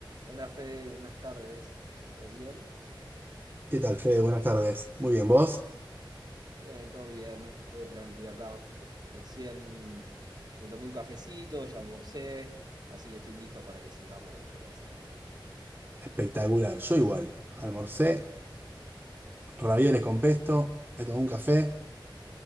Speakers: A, on the right; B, on the right.
A: Hola Fede, buenas tardes. ¿Todo bien?
B: ¿Qué tal, Fede? Buenas tardes. Muy bien, ¿vos?
A: Eh, todo bien, todo tranqui acá. Recién me tomé un cafecito, ya almorcé, así que estoy listo para que sigamos conversando.
B: Espectacular. Yo igual. Almorcé, ravioles con pesto, me tomé un café,